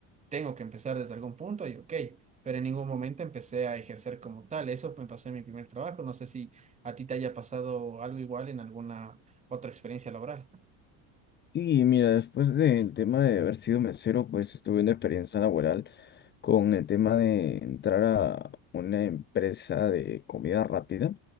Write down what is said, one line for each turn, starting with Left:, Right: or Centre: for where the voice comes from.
Right: tengo que empezar desde algún punto y ok. Pero en ningún momento empecé a ejercer como tal. Eso me pasó en mi primer trabajo. No sé si a ti te haya pasado algo igual en alguna otra experiencia laboral.
Left: Sí, mira, después del tema de haber sido mesero, pues tuve una experiencia laboral con el tema de entrar a una empresa de comida rápida,